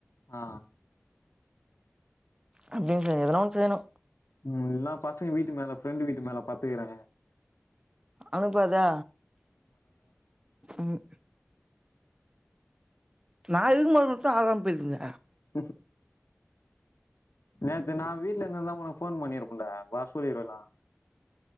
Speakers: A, on the left (about 80°); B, on the right (about 20°).
A: ஆ
B: அப்பிடினு செய எதனா ஒன்னு செய்யணு
A: ம் இல்னா பசங்க வீட்டு மேல ஃப்ரெண்டு் வீட்டு மேல பத்துக்றே
B: அனுபாதா ம் நா இருகக்மோ மட்டு ஆரம்பிருங்க
A: ஹு ம் நேத்து நா வீட்ல இந்துதா உனக் ஃபோன் பண்ணிருபடா வர சொல்லிருகலா